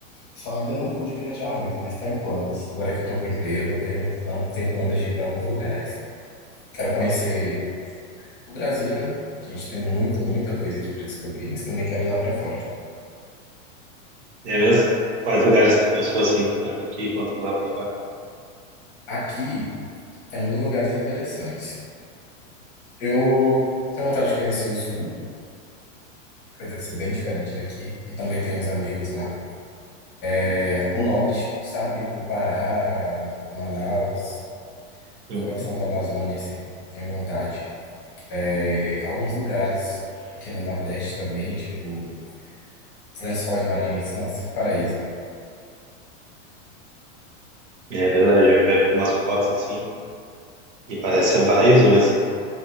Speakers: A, on the left; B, on the right.
A: Só ainda não pude viajar muito, mas tá em planos. Agora que eu tô com emprego, eu tenho, então, tenho planos de ir para alguns lugares. Quero conhecer o Brasil, né? Que a gente tem muita, muita coisa aqui para descobrir, mas também quero ir lá para fora.
B: é mesmo? Quais lugares tu pensou, assim, tanto aqui quanto lá para fora?
A: Aqui tem alguns lugares interessantes. Eu tenho vontade de conhecer o Sul, que deve ser bem diferente daqui, e também tenho uns amigos lá. É, o Norte, sabe? O Pará, Manaus.
B: Uhum.
A: coração da Amazônia, assim, tenho vontade. É, alguns lugares aqui no Nordeste também, tipo, os Lençóis Maranhenses, nossa, que paraíso,
B: É verdade, eu já vi umas fotos, assim. E parece ser um paraíso mesmo.